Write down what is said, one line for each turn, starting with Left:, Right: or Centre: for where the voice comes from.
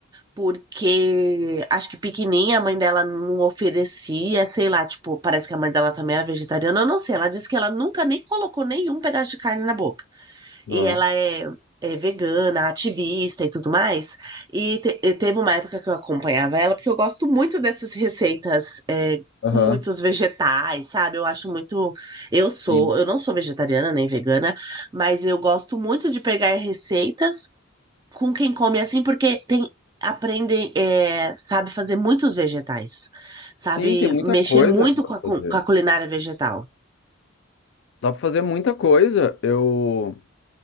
Right: porque acho que pequenininha a mãe dela não oferecia, sei lá, tipo, parece que a mãe dela também era vegetariana, eu não sei. Ela disse que ela nunca nem colocou nenhum pedaço de carne na boca.
Left: Boa.
Right: E ela é, é vegana, ativista e tudo mais. E, te- e teve uma época que eu acompanhava ela, porque eu gosto muito dessas receitas. é,
Left: Aham,
Right: Com muitos vegetais, sabe? Eu acho muito. Eu sou,
Left: sim.
Right: eu não sou vegetariana nem vegana, mas eu gosto muito de pegar receitas com quem come assim, porque tem aprendem, é, sabe fazer muitos vegetais, sabe
Left: Sim, tem muita
Right: mexer
Left: coisa
Right: muito
Left: que dá
Right: com
Left: pra
Right: a,
Left: fazer.
Right: cu- com a culinária vegetal.
Left: Dá pra fazer muita coisa. Eu.